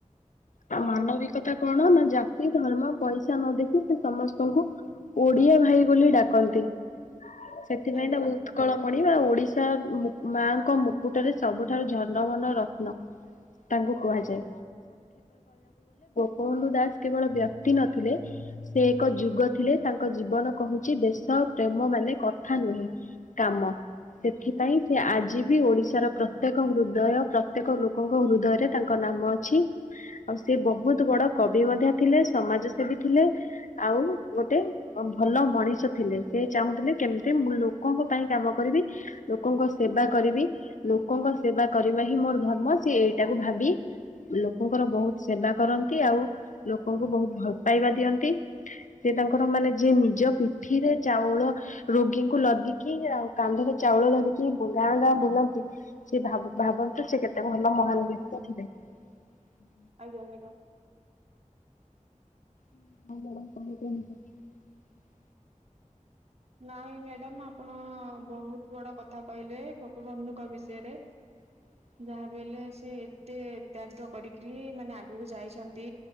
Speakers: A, on the left (about 75°); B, on the right (about 55°).
A: ଆଉ
B: ଆଜ୍ଞା
A: ମାନବିକ
B: ମ୍ୟାଡାମ
A: କଣ ନା, ଜାତି ଧର୍ମ ପଇସା ନ ଦେଖି ସେ ସମସ୍ତଙ୍କୁ ଓଡିଆ ଭାଇ ବୋଲି ଡାକନ୍ତି। ସେଥିପାଇଁ
B: ଆଜ୍ଞା
A: ତାକୁ
B: ମ୍ୟାଡାମ
A: ଉତ୍କଳ ମଣି ବା ଓଡି ଶା, ମାଙ୍କ ମୁକୁଟରେ ସବୁଠାରୁ ଝନମନ ରତ୍ନ। ତାଙ୍କୁ କୁହାଯାଏ। ଗୋପବନ୍ଧୁ ଦାଶ୍ କେବଳ ବ୍ୟ ସେ ଏକ ଯୁଗ ଥିଲେ ତାଙ୍କ ଜୀବନ କହୁଚି ଦେଶ ପ୍ରେମ ମାନେ କଥା ନୁହେଁ। କାମ। ସେଥିପାଇଁ ସେ ଆଜି ବି ଓଡିଶାର ପ୍ରତ୍ୟେକ ହୃଦୟ ପ୍ରତ୍ୟେକ ଲୋକଙ୍କ ହୃଦୟରେ ତାଙ୍କ ନା କାମ ଅଛି ଆଉ ସେ ବହୁତ୍ ବଡ କବି ମଧ୍ୟ ଥିଲେ ସମାଜସେବୀ ଥିଲେ ଆଉ ଗୋଟେ ଭଲ ମଣିଷ ଥିଲେ ସେ। ସେ ଚାହୁଁଥିଲେ କେମିତି ମୁଁ ଲୋକଙ୍କ ପାଇଁ କାମ କରିବି ଲୋକଙ୍କ ସେବା କରିବି ଲୋକଙ୍କ ସେବା କରିବା ହିଁ ମୋର ଧର୍ମ ସିଏ ଏଇଟାକୁ ଭାବି ଲୋକଙ୍କର ବହୁତ୍ ସେବା କରନ୍ତି ଆଉ ଲୋକଙ୍କୁ ବହୁତ୍ ଭଲ ପାଇବା ଦିଅନ୍ତି। ସେ ତାଙ୍କର ମାନେ ଯିଏ ନିଜ ପିଠିରେ ଚାଉଳ ରୋଗୀଙ୍କୁ ଲଦିକି ଆଉ କାନ୍ଧରେ ଚାଉଳ ଧରିକି ଗାଁ ଗାଁ ବୁଲନ୍ତି ସେ ଭାବ ଭାବନ୍ତୁ ସେ କେତେ ଭଲ ମହାନ ବ୍ୟକ୍ତି ଥିଲେ। ହୁଁ
B: ଆଜ୍ଞା ମ୍ୟାଡ଼ାମ୍।
A: <unintelligible>
B: ନାଇଁ ମ୍ୟାଡ଼ାମ ଆପଣ ବହୁତ ବଡ କଥା କହିଲେ ଗୋପବନ୍ଧୁଙ୍କ ବିଷୟରେ।
A: <inaudible>
B: ଯାହାବି ହେଲେ ସେ କେତେ ତ୍ୟାଗ କରିକିରି ମାନେ ଆଗକୁ ଯାଇଛନ୍ତି